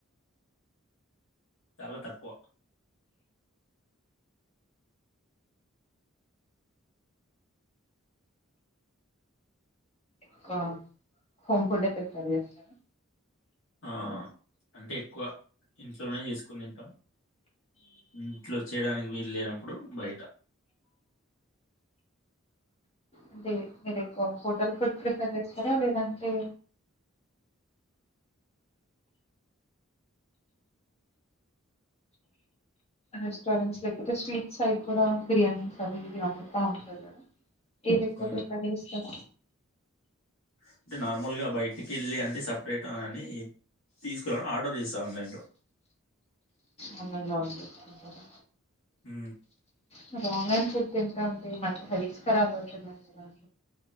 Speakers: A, on the left; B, on the left.
A: చాలా తక్కువ
B: ఇంకా హోమ్ ఫుడ్డే ప్రిఫర్ చేస్తారా
A: ఆ అంటే ఎక్కువ ఇంట్లోనే చేసుకుని తింటాం ఇంట్లో చేయడానికి వీలు లేనప్పుడు బయట
B: అంటే మీరు ఎక్కువ హోటల్ ఫుడ్ ప్రిఫర్ చేస్తారా లేదంటే రెస్టారెంట్స్ లేకపోతే స్ట్రీట్ సైడ్ కూడా బిర్యానీస్ అవి ఇవి అమ్ముతా ఉంటారు కదా ఏది ఎక్కువ
A: హ్మ్.
B: ప్రిఫర్ చేస్తారు
A: అంటే నార్మల్గా బయటికి వెళ్ళి అంటే సపరేట్ అని తీసుకుని ఆర్డర్ చేస్తా ఆన్లైన్లో
B: ఆన్లైన్లో ఆర్డర్ చేసుకుంటారా
A: ఉ
B: మరి ఆన్లైన్ ఫుడ్ తింటాంటే మంచి హెల్త్ కరాబ్ అవుతుంది కదా